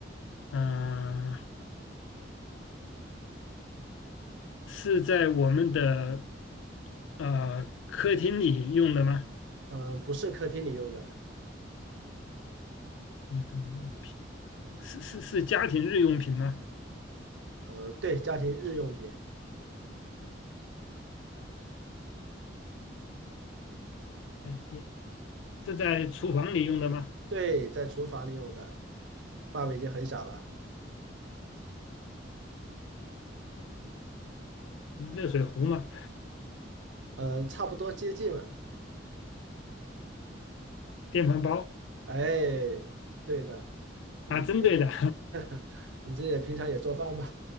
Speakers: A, on the left; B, on the right.
A: 啊、是在我们的呃客厅里用的吗？
B: 嗯，不是客厅里用的，
A: 一个物品，是是是家庭日用品吗？
B: 呃，对，家庭日用品，
A: 带电是在厨房里用的吗？
B: 对，在厨房里用的，范围已经很小了，
A: 热水壶吗？
B: 嗯，差不多接近了。
A: 电饭煲
B: 哎，对的，你这个
A: 啊，针对的，
B: <laughs> 你这也平常也做饭吗？